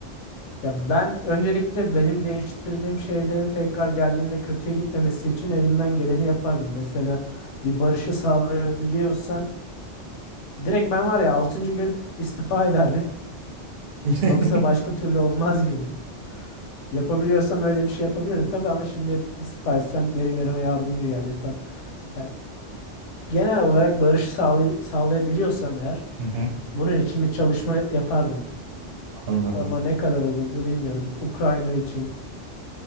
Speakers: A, on the left (about 80°); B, on the right (about 65°).
A: Ya ben öncelikle benim değiştirdiğim şeylerin tekrar geldiğinde kötüye gitmemesi için elimden geleni yapardım. Mesela bir barışı sağlayabiliyorsam direkt ben var ya altıncı gün istifa ederdim.
B: <laughs>
A: Yoksa başka türlü olmaz gibi. Yapabiliyorsam öyle bir şey yapabilirim tabii ama şimdi istifa etsem benim yerime yardımcı gelecek falan. Yani genel olarak barışı sağlay sağlayabiliyorsam eğer
B: Hı hı,
A: bunun için bir çalışma yapardım.
B: Anladım.
A: Ama ne kadar olurdu bilmiyorum. Ukrayna için,